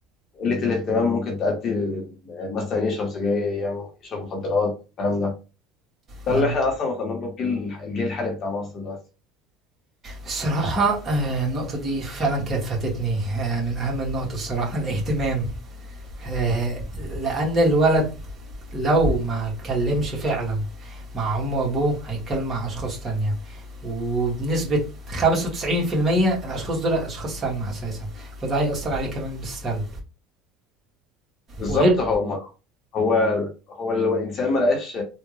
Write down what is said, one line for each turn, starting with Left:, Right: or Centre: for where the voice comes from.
Left: قله الاهتمام ممكن تؤدي ل- مثلا يشرب سجاير يعمل- يشرب مخدرات الكلام ده ده
Right: آه
Left: اللي احنا اصلا وصلنا له في الجيل الجيل الحالي بتاع مصر دلوقتي
Right: الصراحة آه النقطة دي فعلا كانت فاتتني آه من اهم النقط الصراحة <laughs> الاهتمام آه لان الولد لو ما اتكلمش فعلا مع امه وابوه هيتكلم مع اشخاص تانية وبنسبة 95% الاشخاص دول اشخاص سامة اساسا فده هيأثر عليه كمان بالسلب
Left: بالظبط
Right: وغير
Left: هو هو هو لو الانسان ما لقاش